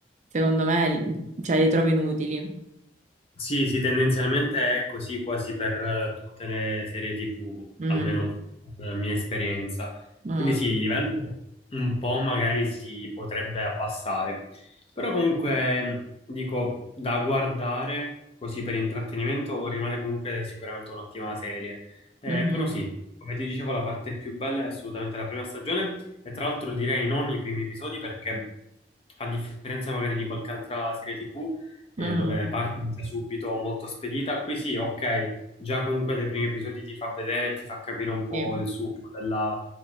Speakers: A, on the right (about 40°); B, on the left (about 35°).
A: secondo me, cioè, li trovo inutili.
B: Sì, sì, tendenzialmente è così quasi per eh, tutte le serie TV,
A: Mm,
B: almeno per la mia esperienza.
A: mm,
B: Quindi sì, il livello un po' magari si potrebbe abbassare, però comunque dico da guardare così per intrattenimento rimane comunque sicuramente un'ottima serie. Eh,
A: mhm.
B: però sì, come ti dicevo, la parte più bella è assolutamente la prima stagione e tra l'altro direi non i primi episodi perché a differenza magari di qualche altra serie TV eh,
A: Mm,
B: dove parte già subito molto spedita. Qui sì, ok, già comunque dai primi episodi ti fa vedere e ti fa capire un po'
A: sì.
B: il succo della,